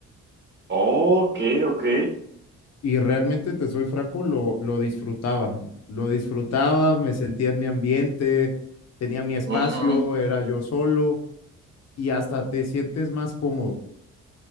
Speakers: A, on the right; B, on the left.
A: Ok, ok.
B: y realmente, te soy franco, lo, lo disfrutaba. Lo disfrutaba, me sentía en mi ambiente, tenía mi espacio,
A: Ujú.
B: era yo solo y hasta te sientes más cómodo.